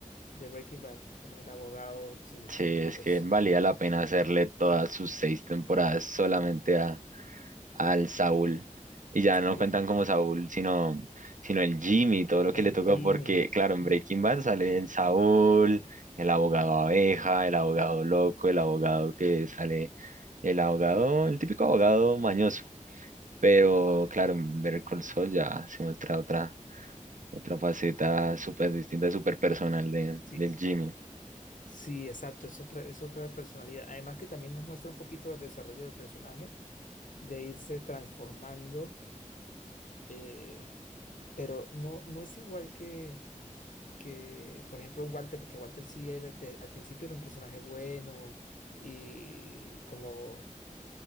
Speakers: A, on the left (about 75°); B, on the right (about 70°).
A: de Breaking Bad, como el abogado sin escrúpulos.
B: Sí, es que valía la pena hacerle todas sus seis temporadas solamente al Saúl. Y ya no
A: Sí.
B: cuentan como Saúl, sino, sino el Jimmy y todo lo que
A: El
B: le toca,
A: Jimmy.
B: porque, claro, en
A: Mm,
B: Breaking Bad sale el Saúl, el abogado abeja, el abogado loco, el abogado que sale, el abogado, el típico abogado mañoso. Pero, claro, en Better Call Saul ya se muestra otra, otra faceta súper distinta, súper personal de,
A: Sí.
B: del Jimmy.
A: Sí, exacto, es otra, es otra personalidad. Además que también nos muestra un poquito del desarrollo del personaje, de irse transformando, eh, pero no, no es igual que, que, por ejemplo, un Walter, porque Walter sí era, de- al principio era un personaje bueno y como,